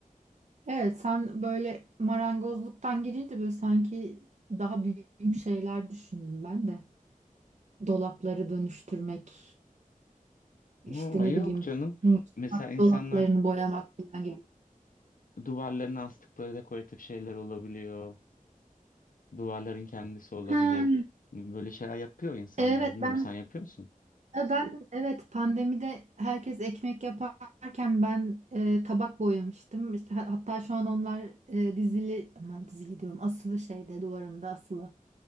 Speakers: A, on the right (about 55°); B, on the left (about 70°).
A: Evet, sen böyle marangozluktan girince böyle sanki daha büyük şeyler düşündüm ben de. Dolapları dönüştürmek, işte
B: Hı,
A: ne
B: yok
A: bileyim
B: canım.
A: mutfak
B: Mesela insanlar
A: dolaplarını boyamak falan gibi.
B: duvarlarına astıkları dekoratif şeyler olabiliyor. Duvarların kendisi olabilir.
A: Ha,
B: Böyle şeyler yapıyor insanlar.
A: evet
B: Bilmiyorum
A: ben
B: sen yapıyor musun?
A: e, ben evet pandemide herkes ekmek yaparken ben e, tabak boyamıştım. İşte ha- Hatta şu an onlar e, dizili aman dizili diyorum asılı şeyde duvarımda asılı.